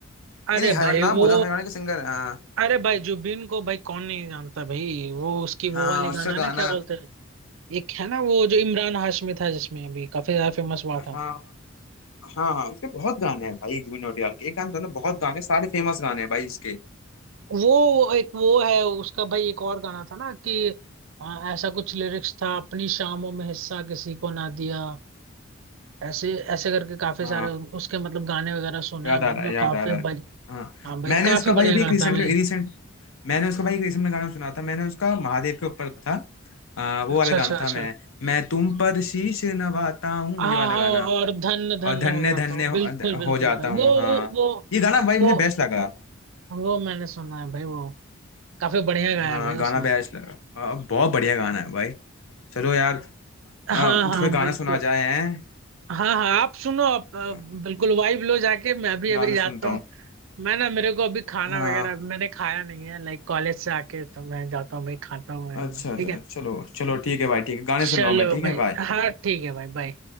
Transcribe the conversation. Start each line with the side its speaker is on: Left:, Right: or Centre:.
Left: नहीं
Right: अरे
Left: नहीं हरियाणा
Right: भाई
Left: नाम
Right: वो
Left: बोला हरियाणा के सिंगर हाँ
Right: अरे भाई जुबिन को भाई कौन नहीं जानता भाई वो उसकी
Left: हाँ
Right: वो वाले
Left: उसका
Right: गाना
Left: गाना
Right: ना क्या बोलते हैं एक है ना वो जो इमरान हाशमी था जिसमें अभी काफी ज्यादा फेमस हुआ था
Left: हाँ हाँ हाँ उसके बहुत गाने हैं भाई जुबिन नौटियाल के एक गाने तो ना बहुत गाने सारे फेमस गाने हैं भाई इसके
Right: वो वो एक वो है उसका भाई एक और गाना था ना कि आ, ऐसा कुछ लिरिक्स था अपनी शामों में हिस्सा किसी को ना दिया ऐसे ऐसे करके काफी
Left: हाँ
Right: सारे उसके मतलब गाने वगैरह सुने
Left: याद
Right: हैं मैंने
Left: आ रहा है
Right: तो
Left: याद
Right: काफी
Left: आ रहा है
Right: भाई
Left: हाँ
Right: हाँ भाई
Left: मैंने
Right: काफी
Left: उसका भाई
Right: बढ़िया
Left: अभी
Right: गाता
Left: एक रिसेंटली
Right: है भाई
Left: रिसेंट मैंने उसका भाई एक रिसेंट में गाना सुना था मैंने उसका महादेव के ऊपर था आ, वो
Right: अच्छा
Left: वाला गाना
Right: अच्छा अच्छा
Left: था मैं मैं तुम पर शीश नवाता हूँ
Right: हाँ
Left: ये वाला
Right: हाँ
Left: गाना
Right: और धन धन
Left: और धन्य
Right: हो जाता
Left: धन्य
Right: हूँ
Left: हो,
Right: बिल्कुल बिल्कुल
Left: हो जाता
Right: भाई वो
Left: हूँ हाँ
Right: वो वो
Left: ये गाना भाई मुझे
Right: वो
Left: बेस्ट लगा
Right: वो मैंने सुना है भाई वो काफी बढ़िया गाया
Left: हाँ
Right: है भाई
Left: गाना
Right: उसने
Left: बेस्ट लगा आ, बहुत बढ़िया गाना है भाई चलो यार
Right: हाँ
Left: आ, थोड़ा
Right: हाँ
Left: गाना
Right: बिल्कुल
Left: सुना जाए हैं
Right: हाँ हाँ आप सुनो आप अ,
Left: आ,
Right: बिल्कुल वाइब लो जाके मैं भी अभी
Left: गाने
Right: जाता
Left: सुनता
Right: हूँ
Left: हूँ
Right: मैं ना मेरे को अभी खाना
Left: हाँ
Right: वगैरह मैंने खाया नहीं है लाइक कॉलेज से आके तो मैं जाता हूँ भाई खाता हूँ वगैरह
Left: अच्छा अच्छा
Right: ठीक है
Left: चलो चलो ठीक है भाई ठीक है गाने सुन
Right: चलो
Left: रहा हूँ मैं ठीक है
Right: भाई
Left: बाय
Right: हाँ ठीक है भाई बाय